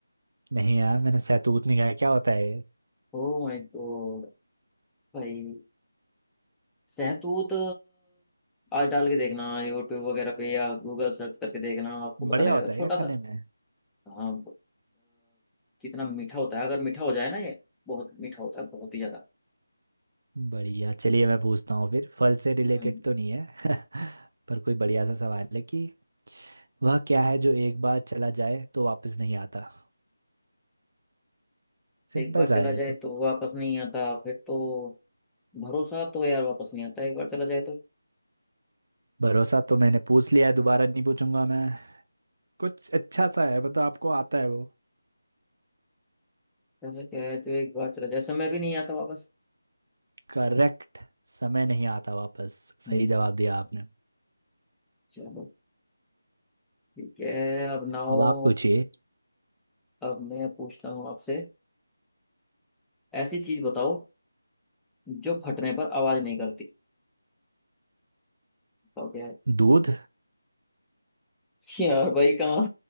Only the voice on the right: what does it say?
नहीं यार मैंने सैतूत नहीं खाया क्या होता है ये?
बढ़िया
होता है
क्या
खाने में
बढ़िया चलिए मैं पूछता हूँ फिर फल से रिलेटेड
तो नहीं है <laughs> पर कोई बढ़िया सा सवाल है कि वह क्या है जो एक बार चला जाए तो वापस नहीं आता सिंपल
सा
है
ये तो
भरोसा तो मैंने पूछ लिया है दोबारा नहीं पूछूंगा मैं कुछ अच्छा सा है मतलब आपको आता है वो
करेक्ट समय नहीं आता वापस
सही जवाब दिया आपने
अब आप पूछिए
दूध